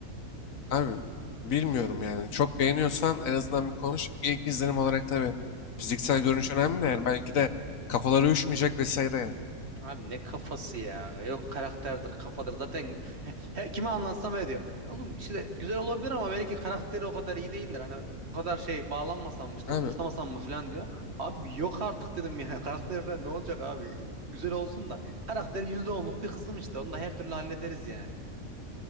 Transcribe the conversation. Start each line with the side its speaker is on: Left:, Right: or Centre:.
Left: Abi bilmiyorum yani. Çok beğeniyorsan en azından bir konuş. İlk izlenim olarak tabii fiziksel görünüş önemli de yani. Belki de kafaları uyuşmayacak vesaire yani.
Right: Abi ne kafası ya. Yok karakterdir, kafadır. Zaten he, he- kime anlatsam öyle diyor. Oğlum işte güzel olabilir ama belki karakteri o kadar iyi değildir. Hani bu kadar şey bağlanmasam mı işte
Left: Abi,
Right: umursamasam mı falan diyor. Abi yok artık dedim ya. <laughs> Karakter falan ne olacak abi? Güzel olsun da. Karakter yüzde onluk bir kısım işte. Onu da her türlü hallederiz yani.